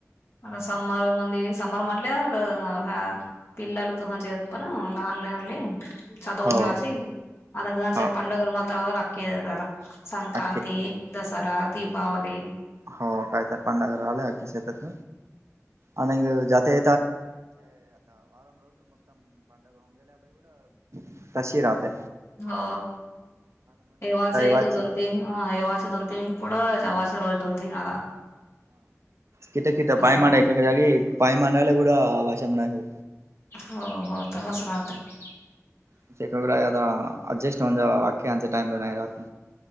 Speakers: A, on the left (about 55°); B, on the right (about 60°).
A: समर मध्ये, समर म्हटल्यात अं ह्या. <unintelligible>
B: हो हो
A: <unintelligible> संक्रांती
B: अक्की
A: दसरा दीपावली.
B: हाव काय ते पंदरा राहिले की, शेतात आणि जाती. <unintelligible> कशी राहते.
A: हो तवाच <unintelligible>
B: वाच
A: तीन येवाच दोन तीन पुड जवास रोज दोन तीन आला.
B: किती किती पाय
A: राहते
B: मानायला एक, एके जागी पाय मानायला कुठे वचन लागते.
A: हो हो, तहस राहतं.
B: <unintelligible> अडजस्ट होऊन जावा बाकी आमचं टाइमला नाही राहत.